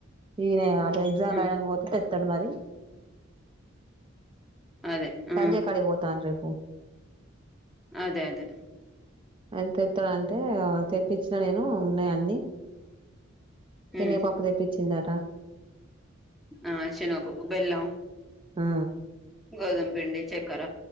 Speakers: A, on the right; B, in the centre.
A: ఈనేగా ఎగ్జామ్
B: ఉమ్
A: రాయడానికి పోతే తెతాడు మరి
B: అదే ఆ
A: సంజే కాడి పోతన్రు పో
B: అదే అదే
A: అది తెత్తాల అంటే తెప్పించిన నేను ఉన్నాయి అన్ని శనగ
B: ఉమ్
A: పప్పు తెపించిందట
B: ఆ శనగ పప్పు బెల్లం
A: ఆ
B: గోధుమ పిండి చక్కెర